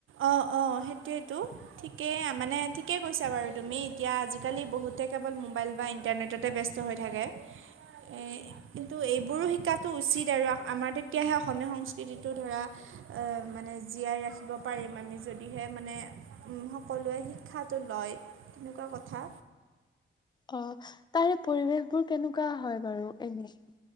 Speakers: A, on the right (about 70°); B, on the left (about 20°).
A: অ', অ' সেইটোৱেইতো। ঠিকেই মানে ঠিকেই কৈছা বাৰু তুমি এতিয়া আজিকালি বহুতে কেৱল মোবাইল বা ইণ্টাৰনেট ততে ব্যস্ত হৈ থাকে। এই কিন্তু এইবোৰো শিকাটো উচিত আৰু আ-আমাৰ তেতিয়াহে অসমীয়া সংস্কৃতিটো ধৰা অ' মানে জীয়াই ৰাখিব পাৰিম আমি যদিহে মানে সকলোৱে শিক্ষাটো লয় তেনেকুৱা কথা।
B: অহ, তাৰে পৰিৱেশবোৰ কেনেকুৱা হয় বাৰু এনেই।